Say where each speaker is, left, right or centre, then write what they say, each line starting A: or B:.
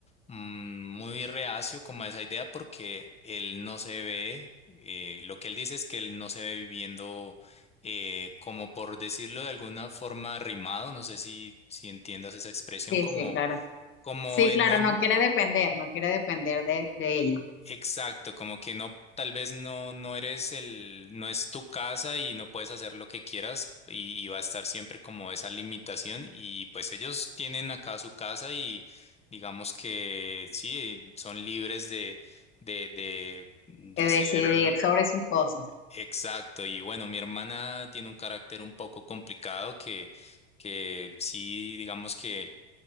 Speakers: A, on the left (about 20°); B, on the left (about 40°).
A: mm, muy reacio como a esa idea porque él no se ve, eh, lo que él dice es que él no se ve viviendo eh, como por decirlo de alguna forma arrimado no sé si, si entiendas esa expresión,
B: Sí,
A: como,
B: sí, claro.
A: como
B: Sí,
A: en
B: claro,
A: don...
B: no quiere depender, no quiere depender de, de ella,
A: Exacto, como que no, tal vez no, no eres el, no es tu casa y no puedes hacer lo que quieras y, y va a estar siempre como esa limitación y pues ellos tienen acá su casa y digamos que sí, son libres de, de, de, de
B: de
A: hacer
B: decidir sobre sus cosas.
A: exacto y bueno, mi hermana tiene un carácter un poco complicado que, que sí, digamos que